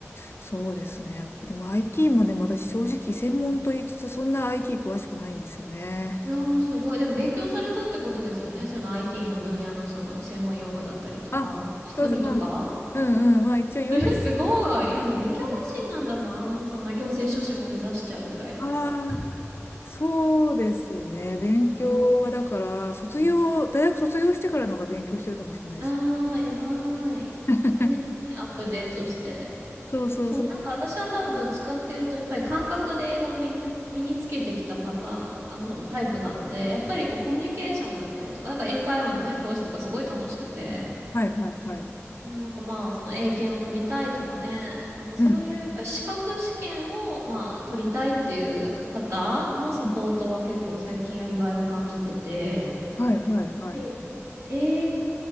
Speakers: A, on the left; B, on the right.
A: そうですね。やっぱ、でも IT もね、私正直専門と言いつつ、そんな IT 詳しくないんですよね。
B: いやー、すごい。でも勉強されたってことですよね。その IT の分野のその専門用語だったりとか、
A: あ、
B: 仕組みとか。
A: そうです。まあ、うんうん。まあ、
B: <laughs>
A: 一応読め
B: え、すごい。いや、ね、勉強熱心なんだな。
A: る。
B: そんな行政書士も目指しちゃうぐらいだから。
A: ああ、そうですね。勉強は、
B: うん
A: だから、卒業、大学卒業してからの方が勉強してるかもしれないです。
B: あー、偉い。
A: <laughs>
B: 常にね、アップデートして。
A: そうそうそう。
B: そう、なんか私は多分どっちかっていうと、やっぱり感覚で英語を身につ、身につけてきたパターン、あの、タイプなので、やっぱりこうコミュニケーションだったりとか、なんか英会話のね、講師とかすごい楽しくて、
A: はいはいはい。
B: ね、なんかまあ、その英検を取りたいとかね、なんかそういうやっぱり資格試験をまあ、
A: うん。
B: 取りたいっていう方のサポートは結構最近やりがいを感じてて、
A: うんはいはいはい。
B: やっぱり、英会